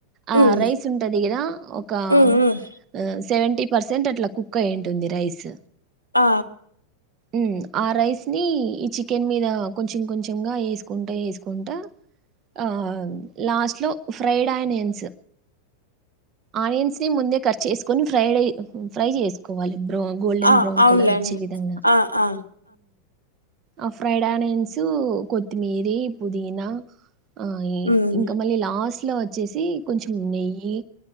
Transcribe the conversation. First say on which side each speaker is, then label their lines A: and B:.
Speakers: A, on the right; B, on the right.
A: ఆ
B: ఉమ్
A: రైస్ ఉంటది కదా ఒక ఆ
B: ఉమ్ ఉమ్
A: సెవెంటీ పర్సెంట్ అట్లా కుక్ అయ ఉంటుంది రైస్
B: ఆ
A: ఉ ఆ రైస్ ని ఈ చె కెన్ మీద కొంచెం కొంచెంగా వేసుకుంట వేసుకుంటా ఆ లాస్ట్ లో ఫ్రైడ్ ఆనియన్స్ ఆనియన్స్ ని ముందే కట్ చేసుకొని ఫ్రైడ్ ఫ్రై చేసుకోవాలి బ్రౌన్ గోల్డెన్
B: ఆ
A: బ్రౌన్
B: అవునులేండి
A: కలర్ వచ్చే విధంగా
B: ఆ ఆ
A: ఆ ఫ్రైడాని సు కొత్తిమీర పుదీనా ఆ
B: ఉమ్
A: ఇంకా మళ్ళీ లాస్ట్ ఇట్లా వచ్చేసి కొంచెం నెయ్యి